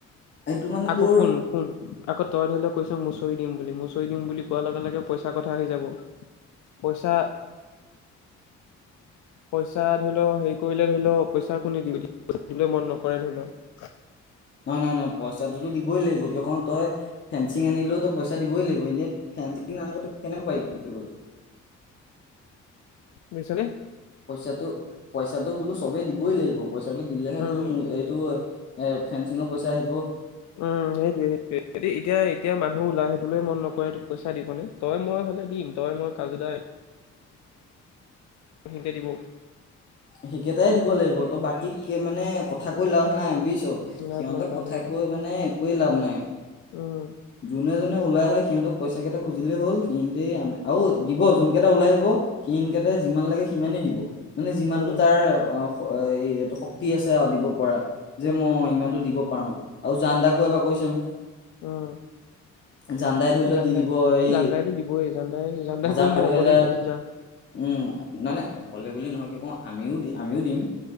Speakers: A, on the left; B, on the left.
A: সেইটো মানে
B: আকৌ
A: তোৰ
B: শুন শুন আকৌ তই ধৰিলেও কৈছ ম মুচৰি দিম বুলি মচৰি দিম বুলি কোৱাৰ লগে লগে পইচাৰ কথা আহি যাব পইচা পইচা ধৰি লও হেৰি কৰিলে ধৰি লও পইচা কো দিলৈ মন নকৰে ধৰি লওক
A: নহয় নহয় নহয় পইচাটোতো দিবই লাগিব কিয় ক তই ফেঞ্চিং আনিলো পইচা দিবই লাগিব এনে ফেিং ন কেনেকুৱা পাৰি ব
B: বুজিছনে
A: পইচাটো পইচাটো বোলো চবেই দিবই লাগিব পইচা পইচটো দিলেহে
B: উম
A: বোলো এইটো এ ফেসিঙৰ পইচা আহিব
B: উম সেইটোয়ে সেইটোয়ে এতিয়া এতিয়া মানু ন ওলাই আহিবলৈ মন নকৰে এইটো পইচা দিব নে তই মই হ'লে দিম তই মই কাজু দা মিতে দিব
A: সেইিকেইটাই দিব লাগিব ত বাকী মান মানে কথা কৈ লাভ নাই বুজিছ
B: লাভ
A: সিহঁতক
B: নাই লাভ
A: কথা
B: নাই
A: কৈ মানে একোৱে লাভ নাই
B: উম,
A: জুনে ওলাই আহে সিহঁতক পইচা কেইটা খুজিলেই হ'ল সিহতে আৰু দিব যোনকেইটা ওল আহ সিহকেইটা যিমান লাগে সিমানেই দিব মানে যিমানতটো
B: উম,
A: তাৰ অ এইটো শক্তি আছে আৰু দিব পৰা যে
B: উম,
A: মই
B: উম,
A: ইমানতো
B: উম,
A: দিব পাৰো আৰু জান দাকো এবাৰ কৈ চাম
B: উম,
A: জানদাই ধৰি লওক
B: জানদাই
A: দি দিব এই
B: জানদাইতো দিবই জানদাই জানদাই
A: হাজাৰ
B: কও মই
A: দুহেজাৰ
B: অকলেই দি দিম যা
A: উম নাই নাই অকলে বুলি নহয় কি কওঁ আমিও দি আমিও দিম